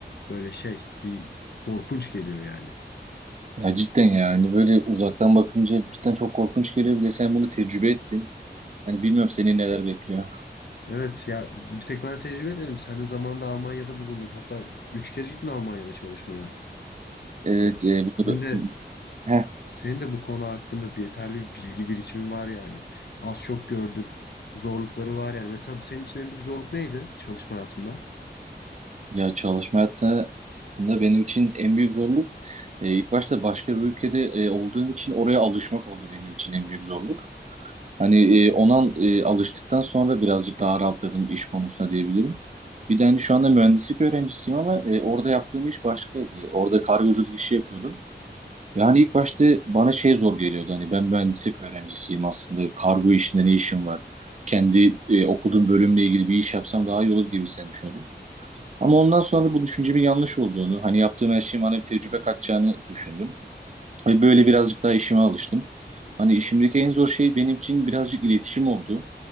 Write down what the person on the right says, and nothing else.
Ya cidden yani böyle uzaktan bakınca cidden çok korkunç geliyor. Bir de sen bunu tecrübe ettin. Hani bilmiyorum seni neler bekliyor.
Evet
e, bu
da-
Heh.
Ya çalışma hayatında benim için en büyük zorluk e, ilk başta başka bir ülkede e, olduğum için oraya alışmak oldu benim için en büyük zorluk. Hani e, ona e, alıştıktan sonra birazcık daha rahatladım iş konusunda diyebilirim. Bir de hani şu anda mühendislik öğrencisiyim ama e, orada yaptığım iş başkaydı. Orada kargoculuk işi yapıyordum. Yani ilk başta bana şey zor geliyordu. Hani ben mühendislik öğrencisiyim aslında. Kargo işinde ne işim var? Kendi e, okuduğum bölümle ilgili bir iş yapsam daha iyi olur gibi sen düşünüyordum. Ama ondan sonra bu düşüncemin yanlış olduğunu, hani yaptığım her şeyin bana bir tecrübe katacağını düşündüm. Ve böyle birazcık daha işime alıştım. Hani işimdeki en zor şey benim için birazcık iletişim oldu.